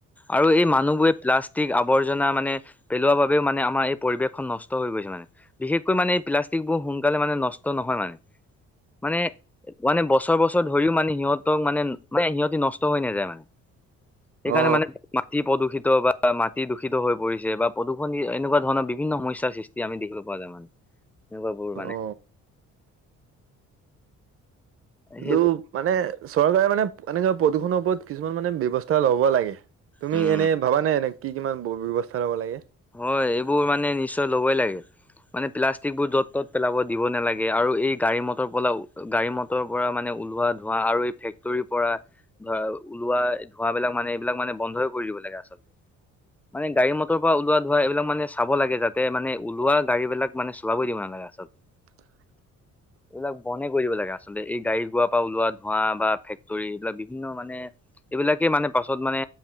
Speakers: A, in the centre; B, on the right (about 50°).
A: আৰু এই মানুহবোৰে প্লাষ্টিক আৱৰ্জনা মানে পেলোৱা বাবেও মানে আমাৰ এই পৰিৱেশখন নষ্ট হৈ গৈছে মানে, বিশেষকৈ মানে এই প্লাষ্টিক বোৰ সোনকালে মানে নষ্ট নহয় মানে-মানে- মানে বছৰ-বছৰ ধৰিও মানে সিহঁত মানে-মানে সিহঁতি নষ্ট হৈ নাযায় মানে। সেইকাৰণে
B: অ
A: মানে মাটি প্ৰদূষিত। বা মাটি দূষিত হৈ পৰিছে বা প্ৰদূষণি এনেকুৱা ধৰণৰ বিভিন্ন সমস্যাৰ সৃষ্টি আমি দেখিব পোৱা যায় মানে। এনেকুৱা বোৰ মানে।
B: অ কিন্তু,
A: সেই
B: মানে চৰকাৰে মানে এনেকা প্ৰদূষণৰ ওপৰত কিছুমান মানে ব্যৱস্থা ল'ব লাগে। তুমি
A: উম,
B: এনেই ভাবা নে, এনে কি কিমান ব্যৱস্থা ল'ব লাগে?
A: হয়, এইবোৰ মানে নিশ্চয় ল'বই লাগে। মানে প্লাষ্টিকবোৰ য'ত-ত'ত পেলাব দিব নালাগে। আৰু এই গাড়ী-মটৰ পৰাও, গাড়ী-মটৰ পৰা মানে ওলোৱা <unintelligible> ধোৱা আৰু এই ফেক্টৰীৰ পৰা <inaudible> ধোৱা ওলোৱা, ধোঁৱাবিলাক মানে এইবিলাক মানে বন্ধই কৰি দিব লাগে আচলতে, <inaudible> মানে গাড়ী মটৰ <unintelligible> <unintelligible> ওলোৱা ধোৱা, এইবিলাক মানে চাব লাগে যাতে মানে ওলোৱা গাড়ীবিলাক মানে চলাব দিব নালাগে আচলতে।
B: <inaudible>
A: এইবিলাক বনে কৰি দিব লাগে আচলতে, এই গাড়ী-ঘোঁৰা পৰা ওলোৱা ধোঁৱা বা ফেক্টৰী এইবিলাক বিভিন্ন মানে <inaudible> এইবিলাকে মানে, পাছত মানে